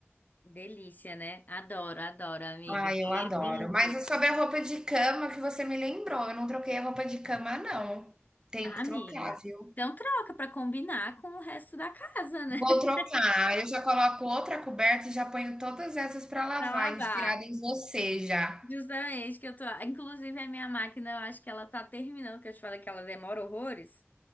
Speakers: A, on the left; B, on the right.
A: Delícia, né? Adoro, adoro, amiga.
B: Ah, eu
A: Banheiro
B: adoro.
A: limpo.
B: Mas é sobre a roupa de cama que você me lembrou. Eu não troquei a roupa de cama, não. Tenho
A: Ah,
B: que
A: amiga.
B: trocar, viu?
A: Então troca pra combinar com o resto da casa, né?
B: Vou
A: <laughs>
B: trocar. Eu já coloco outra coberta e já ponho todas essas para lavar,
A: Pra lavar.
B: inspirada em você já.
A: Justamente que eu tô. Inclusive, a minha máquina, eu acho que ela tá terminando, que eu te falei que ela demora horrores.